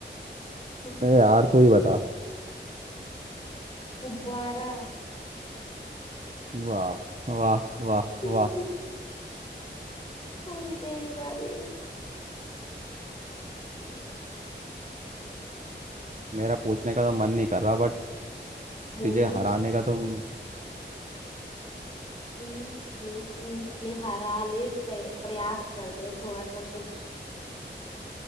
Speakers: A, on the left; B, on the right.
A: <laughs>
B: ए यार तू ही बता
A: गुब्बारा
B: वाह वाह वाह
A: <laughs>
B: वाह
A: अभी तेरी बारी है
B: मेरा पूछने का तो मन नहीं कर रहा बट
A: पूछ
B: तुझे हराने का
A: ले।
B: तुम
A: पूछ ले पूछ ले हरा ले ट्रे- प्रयास कर ले थोड़ा सा कुछ